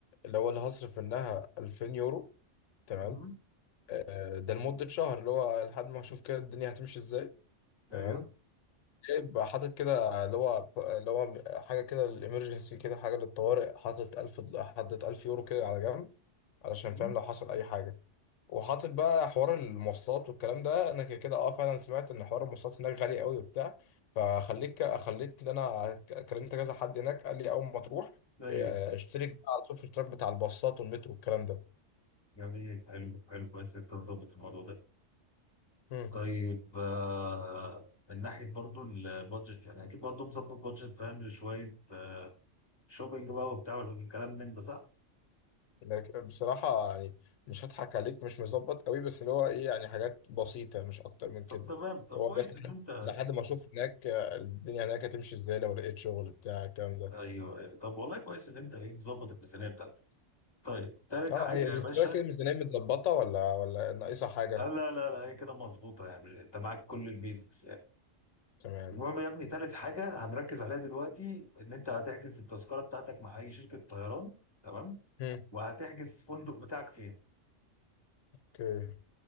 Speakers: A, on the left (about 80°); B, on the left (about 20°).
A: اللي هو اللي هصرف منها 2000 يورو تمام
B: مم.
A: آه، ده لمده شهر اللي هو لحد ما اشوف كده الدنيا هتمشي ازاي تمام
B: ايوه
A: يبقى حاطط كده اللي هو اللي هو حاجه كده الامرجنسي كده حاجه للطوارئ حاطط 1000 حاطط 1000 يورو كده على جنب علشان
B: مم.
A: فاهم لو حصل اي حاجه وحاطط بقى حوار المواصلات والكلام ده انا كده كده اه فعلا سمعت ان حوار المواصلات هناك غالي قوي وبتاع فخليك خليت ان انا ك- كلمت كذا حد هناك قال لي اول ما تروح
B: ايوه
A: آه، اشترك بقى على طول في الاشتراك بتاع الباصات والمترو والكلام ده
B: جميل حلو حلو بس انت مظبط الموضوع ده
A: امم
B: طيب آه، من ناحية برضو البادجت يعني أكيد برضو مظبط بادجت فاهم لشوية آه، شوبينج بقى وبتاع والكلام من ده صح؟
A: لكن بصراحه يعني مش هضحك عليك مش مظبط قوي بس اللي هو ايه يعني حاجات بسيطه مش اكتر من كده
B: طب تمام طب
A: هو
B: كويس
A: بس لحد
B: إن أنت
A: لحد ما اشوف هناك آه، الدنيا هناك هتمشي ازاي لو لقيت شغل بتاع الكلام ده
B: أيوه أيوة. طب والله كويس إن أنت إيه مظبط الميزانية بتاعتك. طيب تالت
A: اه
B: حاجة
A: هي
B: يا
A: بالنسبة
B: باشا
A: لك الميزانية متظبطة ولا ولا ناقصة حاجة؟
B: آه، لا لا لا هي كده مظبوطة يعني أنت معاك كل البيزكس يعني.
A: تمام
B: المهم يا ابني تالت حاجة هنركز عليها دلوقتي إن أنت هتحجز التذكرة بتاعتك مع أي شركة طيران تمام؟
A: هم.
B: وهتحجز فندق بتاعك فين؟
A: اوكي